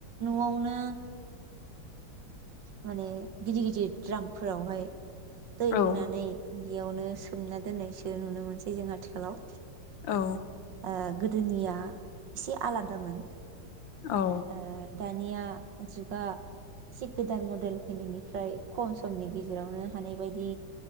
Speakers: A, on the right; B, on the left.
A: न'आवनो माने गिदिर गिदिर द्रामफोरावहाय। दै
B: औ
A: होनानै। बियावनो सोमना दोननायसो नुनो मोनसै जों आथिखालाव।
B: औ।
A: ओ गोदोनिया एसे आलादामोन।
B: औ।
A: ओ दानिया जुगा एसे गोदान मडेल फैनायनिफ्राय खम समनि गेजेरावनो हानाय बायदि